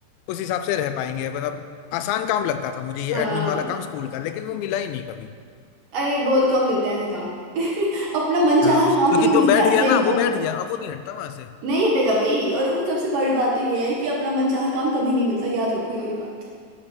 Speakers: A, on the left (about 85°); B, on the right (about 60°).
A: उस हिसाब से रह पाएंगे मतलब आसान काम लगता था मुझे ये
B: हाँ
A: एडमिन वाला काम स्कूल का लेकिन वो मिला ही नहीं कभी
B: अरे बहुत कम मिलता है ऐसे काम <laughs> अपना मनचाहा
A: हाँ
B: काम
A: क्योंकि
B: कभी
A: जो
B: मिलता
A: बैठ
B: है
A: गया
B: सही
A: ना
B: बताऊं
A: वो बैठ
B: तो
A: गया अब वो नहीं हटता वहां से
B: नहीं हटेगा भाई और उस सबसे बड़ी बात तो ये है कि अपना मनचाहा काम कभी नहीं मिलता याद रखो ये वाली बात